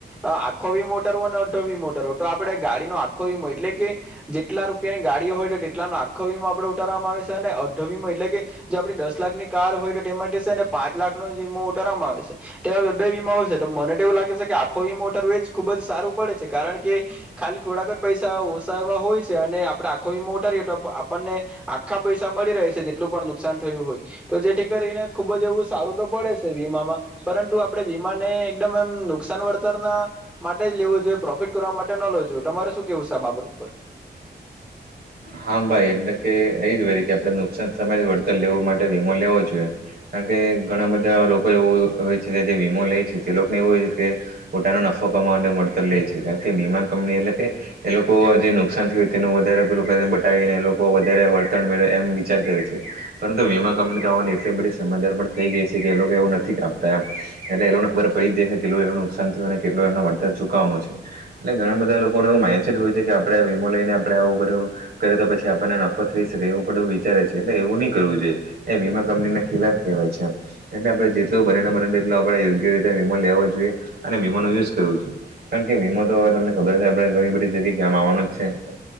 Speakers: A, in the centre; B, on the right.
A: આખો વીમો ઉતારવો અને અડધો વીમો ઉતારવો તો આપણેે ગાડી નો આખો વીમો એટલે કે જે ટલા રૂપિયાની ગાડીઓ હોય તેટલા નો આખો વીમો આપડે ઉતારવામાં આવે સે અને અડધો વીમો એટલે કે જે આપણે દસ લાખ ની કાર હોય તો તે માટે સે ને પાંચ લાખનો જ વીમો ઉતારવામાં આવે સે તેવા બે બે વીમા હોય સે તો મને તો એવું લાગે સે કે આખો વીમો ઉતારવો એજ ખુબ જ સારું પડે છે કારણ કે ખાલી થોડાક જ પૈસા ઓસા એવા હોય અને આપડે આખો વીમો ઉતારીએ તો આપણને આખા પૈસા મળી રહે છે જેટલું પણ નુકસાન થયું હોય. તો જેથી કરીને ખુબ જ એવું સારું તો પડે છે વીમામાં પરંતુ આપડે વીમાને એકદમ એમ નુકસા ન વળતર ના માટે જ લેવું જોઈએ પ્રોફિટ કરવા માટે ન લેવું જોઈએ તમારે શું કેવું સે આ બાબત ઉપર.
B: હા ભાઈ, એટલે કે એજ વરી કેવ આપ નુકસાન સમય જ વળતર લેવું માટે વીમો લેવો જોયે, કારણ કે ઘણા બધા લો કો એવુ હોય છે કે જે વીમો લે છે, તે લોકને એવું હોય છે કે પોતાનો નફો કમાવા માટે મળત લે છે કારણ કે વીમા કંપની એટલે કે એ લોકો જે નુકસાન થયુ તેનું વધા રે પેલું કરીને બતાવીને એ લોકો વધારે વળતણ મેળ એમ વિચાર કરે છે, પરંતુ વીમા કંપની <unintelligible> <unintelligible> બધી સમજદાર પણ થઈ ગઈ છે કે એ લોકો એવું નથી કાપતા એમ, એટલે એ લોકને ખબર પડી જાય કે કેલૂ નુક સાન થયું ને કેટલું એનું વળતર ચુકવાનું છે, એટલે ઘણા બધા લોકોને એવું માન્ડસેટ હોય છે કે આપ વીમો લઇને આપડે આવું બધું કરીએ તો પછી આપને નફો થઈ શકે, એવું બધું વિચારે છે એટલે એવું ની કરવું જોયે. એ વમા કંપ ની ને ખિલાફ કેહવાય છે એમ, એટલે આપડે જેટલું બને <unintelligible> બનેટ આપણે યોગ્ય રીતે વીમો લેવો જોયે. અને વીમો નો યુઝ કરવું જોય. કાણ કે વીમો તો હવે તમને ખબર છે આપડે ઘણી બધી જગ્યાએ ક્યામ આવવાનું જ છે.